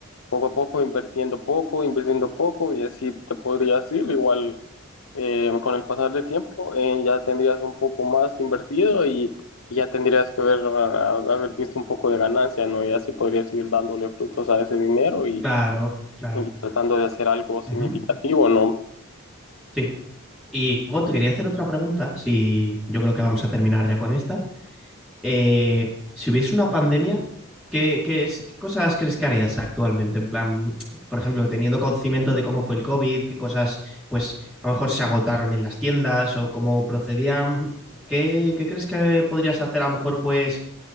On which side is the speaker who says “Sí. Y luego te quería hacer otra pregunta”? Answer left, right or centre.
Centre